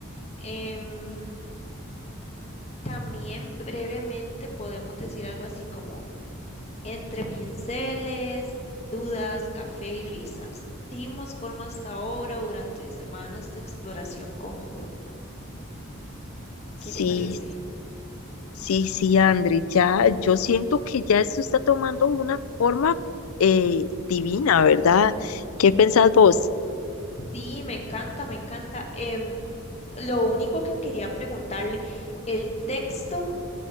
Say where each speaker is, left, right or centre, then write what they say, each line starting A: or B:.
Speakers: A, on the left; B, on the left.
A: Em, También brevemente podemos decir algo así como entre pinceles, dudas, café y risas. Dimos forma a esta obra durante semanas de exploración conjunta. ¿Qué
B: Sí,
A: le parece?
B: sí, sí, André, ya yo siento que ya esto está tomando una forma eh, divina, ¿verdad? ¿Qué pensás vos?
A: Sí, me encanta, me encanta. Em, lo único que quería preguntarle, el texto,